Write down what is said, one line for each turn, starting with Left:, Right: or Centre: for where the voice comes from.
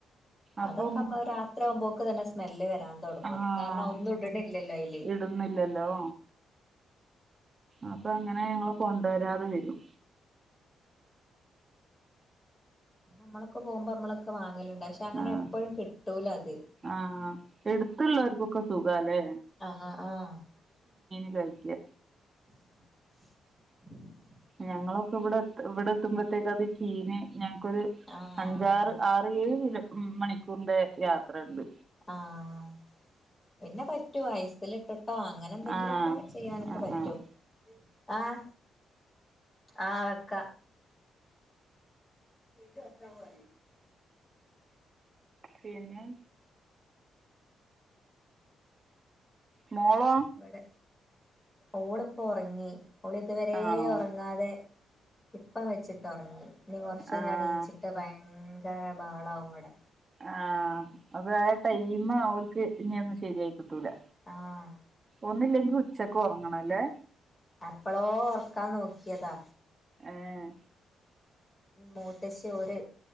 Right: അപ്പൊ
Left: അതൊക്കെമ്മ രാത്രി ആവുമ്പോക്ക തന്നെ സ്മെല്ല് വരാൻ തുടങ്ങും
Right: ആഹ
Left: കാരണം ഒന്നും ഇടണില്ലല്ലോ അയില്
Right: ഇടുന്നില്ലല്ലോ അപ്പൊ അങ്ങനെ ഞങ്ങള്ൾ കൊണ്ട വരാതെ വരും
Left: നമ്മളക്കെ പോകുമ്പോ നമ്മളക്കെ വാങ്ങലുണ്ട് പക്ഷെ അങ്ങനെ
Right: ആഹ
Left: എപ്പോഴും കിട്ടൂല അത്
Right: ആഹ എടുത്തുള്ളവർക്കൊക്കെ സുഖല്ലേ
Left: ആഹ ആഹ
Right: അതക്കെ
Left: <unintelligible>
Right: ഞങ്ങളൊക്കെ ഇവിടെ ഇവിടെ എത്തുമ്പോഴത്തേക്ക അത് ചീന ഞങ്ങക്കൊരു
Left: ആഹ്
Right: അഞ്ചാറ് ആറ് ഏഴ് കില ഉ മണിക്കൂറിന്റെ യാത്ര ഉണ്ട്
Left: ആഹ പിന്നെ പറ്റൂ വയസൽിട്ടിട്ട കേട്ടോ അങ്ങനെ എന്തെങ്കിലുംക്കെ
Right: ആഹ്
Left: ചെയ്യാനൊക്കെ
Right: ആഹ്
Left: പറ്റും
Right: ആഹ്
Left: ആഹ ആ വെക്ക ചർത്താ പറ
Right: പിന്ന മോളോ
Left: ഇവിടെ ഓളിപ്പോ ഒറങ്ങി ഓള് ഇതുവരേ
Right: ആണോ
Left: ഒറങ്ങാതെ ഇപ്പം വെച്ചിട്ട് ഒറങ്ങി ഇനി കൊറച്ച് കഴിഞ്ഞ്
Right: ആഹ്
Left: അണീച്ചിട്ട് ഭയങ്കര ബഹളാവും ഇവിടെ
Right: ആഹ് അതാ ടൈമ് അവർക്ക് ഇനിയൊന്ന് ശെരിയായി കിട്ടൂല
Left: ആഹ്
Right: ഒന്നില്ലെങ്കിൽ ഉച്ചക്ക് ഒറങ്ങണം അല്ലേ
Left: അപ്പളോ ഒർക്കാൻ നോക്കിയതാ
Right: ഏഹ്
Left: മൂത്തശ്ശി ഒര്